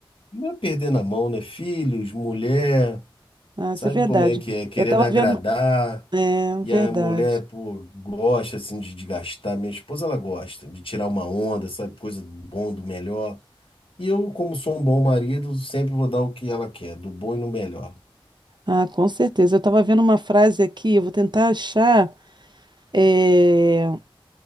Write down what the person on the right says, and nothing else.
Ah,
isso é verdade.
Eu tava
vendo. É,
verdade.
Ah, com certeza. Eu tava vendo uma frase aqui, eu vou tentar achar. é,